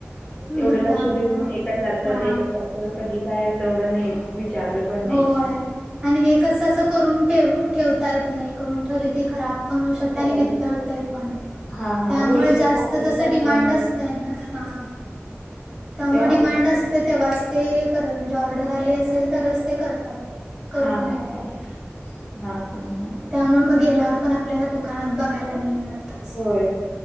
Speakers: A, on the right; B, on the left.
A: हम्म
B: एवढं लक्ष
A: त्यामुळं
B: देऊन हे कशाचं?
A: हा
B: ते कशाच? कधी काय? असं एवढं नाही विचारलं. पण नाही
A: होय. आणि हे कसं असं करून ठेव ठेवता येत नाही. करून ठेवले की खराब- पण होऊ शकत
B: खराब
A: आणि वितळतय
B: होत
A: पण. त्यामुळे
B: हा हा होय
A: जास्त
B: ते साखरेच
A: जस डिमांड
B: असल्यामुळं
A: असतय ना. हां. त्यामुळे
B: ते ऑर्डर
A: डिमांड असते तेव्हाच ते करतात. म्हणजे ऑर्डर आली असेल तरच ते करतात. करून
B: हा.
A: नाही
B: हा.
A: ठेवत
B: हा. <unintelligible>
A: त्यामुळे मग गेल्यावर पण आपल्याला दुकानात बघायला नाही मिळत. असं
B: होय.